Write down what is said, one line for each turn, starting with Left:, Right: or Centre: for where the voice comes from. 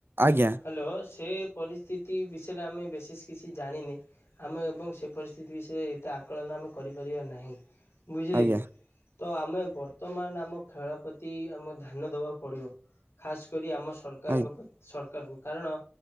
Right: ଆଜ୍ଞା
Left: ହାଲୋ ସେ ପରିସ୍ଥିତି ବିଷୟରେ ଆମେ ବିଶେଷ କିଛି ଜାଣିନେ ଆମେ ଏବଂ ସେ ପରିସ୍ ସ୍ଥିତି ବିଷୟରେ ଏତେ ଆକଳନା ଆମେ କରିପାରିବା ନାହିଁ ବୁଝିଲେ
Right: ଆଜ୍ଞା
Left: କି। ତ ଆମେ ବର୍ତ୍ତମାନ ଆମ ଖେଳ ପ୍ରତି ଆମକୁ ଧ୍ୟାନ ଦବାକୁ ପଡ଼ିବ। ଖାସ କରି ଆମ ସରକାରଙ୍କ
Right: ଆଜ୍ଞା
Left: ପ୍ର ସରକାରଙ୍କୁ କାରଣ